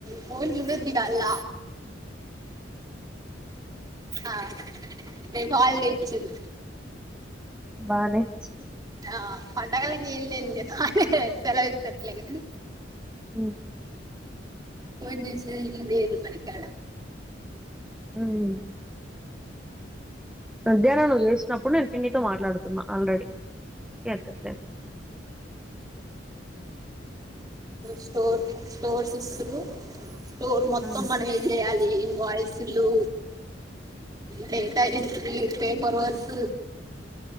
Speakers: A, on the right (about 20°); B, in the centre.
A: పోన్ చూడుద్దిగాల్ల ఆ రేపు హాలిడే ఇచ్చిర్రు.
B: బానే ఇచ్చి
A: ఆ పండగలకేంలే కానీ సెలవిస్తరులే కానీ
B: మ్
A: ఫోన్ చేసిది లేదు బడికాడ
B: అవున మధ్యాహ్నం నువ్వు చేసినప్పుడు నేను పిన్నితో మాట్లాడుతున్నా ఆల్రెడీ ఎత్తట్లే.
A: స్టోర్ నిం స్టోర్స్ ఇస్తుర్రు. స్టోర్ మొత్తం
B: ఆ
A: మనమే చేయాలి ఇన్వాయిసులు డే డైరెక్ట్వి పేపర్ వర్స్